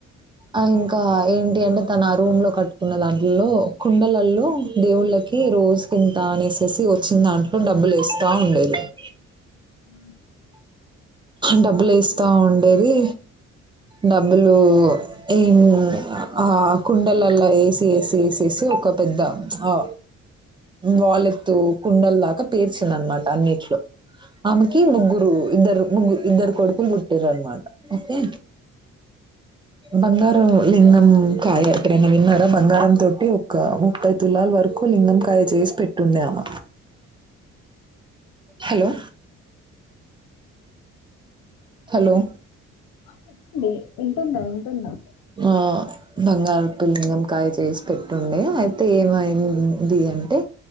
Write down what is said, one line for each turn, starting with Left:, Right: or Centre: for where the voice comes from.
Right: ఆ ఇంకా ఏంటి అంటే తను ఆ రూమ్ లో కట్టు ఉన్న దాంట్లో కుండలల్లో దేవుళ్ళకి రోజు తింటా అనేసేసి వచ్చిన దాంట్లో డబ్బులు వేస్తా ఉండేది ఆ
Left: అ
Right: డబ్బులు వేస్త ఉండేది డబ్బులు ఏ ఆ కుండలలా ఏసి ఏసి వేసేసి ఒక పెద్ద ఆ వాలెత్తు కుండల దాకా పేర్చింది అనమాట అన్నిట్లో ఆమెకి ముగ్గురు ఇద్దరు ముగ్గు ఇద్దరు కొడుకులు పుట్టిర్రన మాట ఓకే బంగారు లింగం కాయ ఎక్కడన్నా విన్నారా బంగారం తోటి ఒక ముప్పై తులాల వరకు లింగం కాయ చేసి పెట్టుండే ఆమ హలో హలో
Left: ఊహూ ది వింటున్నా వింటున్నా
Right: ఆ బంగారపు లింగం కాయ చేసి పెట్టుండే అయితే ఏమైంది అంటే